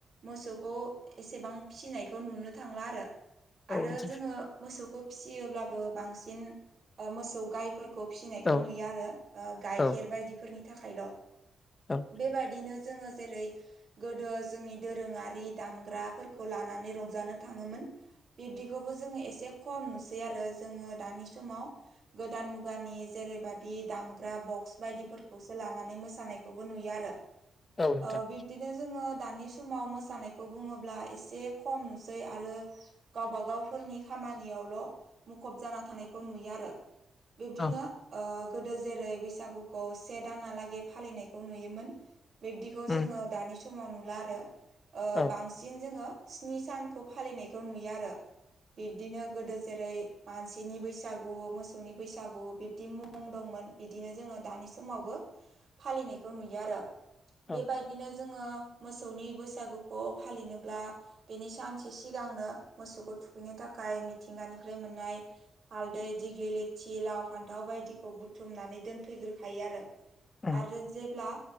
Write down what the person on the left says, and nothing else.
औ
नोंथां
औ
औ
औ
औ नोंथां
औ
उम
औ
औ
उम